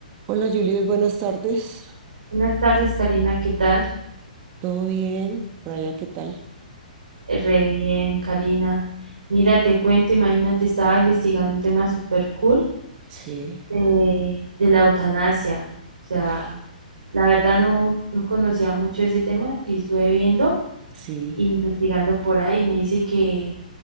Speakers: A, on the right; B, on the right.
A: Hola Juliet, buenas tardes.
B: Buenas tardes, Karina, ¿qué tal?
A: ¿Todo bien? Raya, ¿qué tal?
B: Eh, Re bien, Karina. Mira, te cuento, imagínate, estaba investigando un tema súper cool
A: Sí.
B: de, de la eutanasia. O sea,
A: Uy,
B: la verdad no, no conocía mucho ese tema y estuve viendo
A: sí,
B: e investigando por ahí. Me dice que